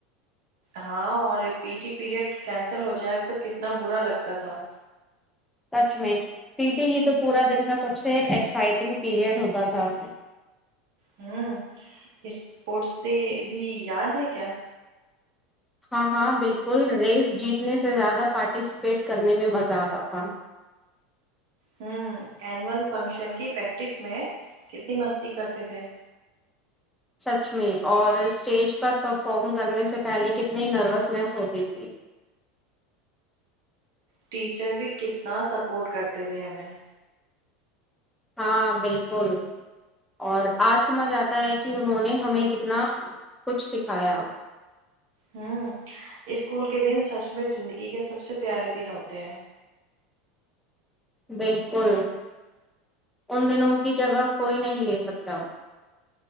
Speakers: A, on the right (about 75°); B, in the centre.
A: ہاں اور پی ٹی پیریڈ کینسل ہو جائے تو کتنا برا لگتا تھا
B: سچ میں پی ٹی ہی تو پورا دن کا سب سے ایکسائٹنگ پیریڈ ہوتا تھا
A: ہوں اسپورٹس ڈے بھی یاد ہے کیا
B: ہاں ہاں بالکل ریس جیتنے سے زیادہ پارٹیسپیٹ کرنے میں مزہ آتا تھا
A: ہوں اینول فنکشن کی پریکٹس میں کتنی مستی کرتے تھے
B: سچ میں اور اسٹیج پر پرفم کرنے سے پہلے کتنی نروسنیس ہوتی تھی
A: ٹیچر بھی کتنا سپورٹ کرتے تھے ہمیں
B: ہاں بالکل اور آج سمجھ آتا ہے کہ انہوں نے ہمیں کتنا کچھ سکھایا
A: ہوں اسکول کے دن سچ میں زندگی کے سب سے پیارے دن ہوتے ہیں
B: بالکل ان دنوں کی جگہ کوئی نہیں لے سکتا